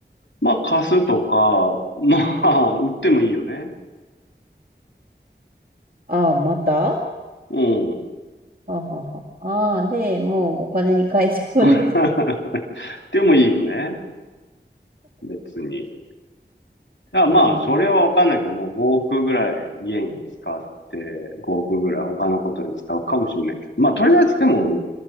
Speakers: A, on the left; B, on the right.
A: まあ、貸すとか、<laughs> まあ、
B: うん
A: 売ってもいいよね。
B: ああ、また
A: うん。
B: あはは。ああ、で、もうお金に変えちゃうんですか
A: <laughs> でもいいよね。別に。だからまあ、
B: うん。
A: それはわかんないけど、もう5億ぐらい家に使って、5億ぐらい他のことに使うかもしれないけど。まあ、とりあえずでも、